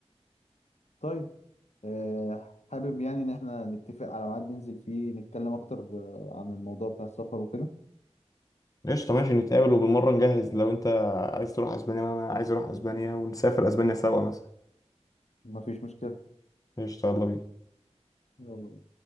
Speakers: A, on the left; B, on the left.
A: طيب أه حابب يعني ان احنا نتفق على ميعاد ننزل فيه نتكلم اكتر آه، عن الموضوع بتاع السفر وكده
B: قشطه ماشي نتقابل وبالمره نجهز لو انت عايز تروح اسبانيا وانا عايز اروح اسبانيا ونسافر اسبانيا سوا مثلا
A: مفيش مشكلة
B: قشطه يلا بينا
A: يلا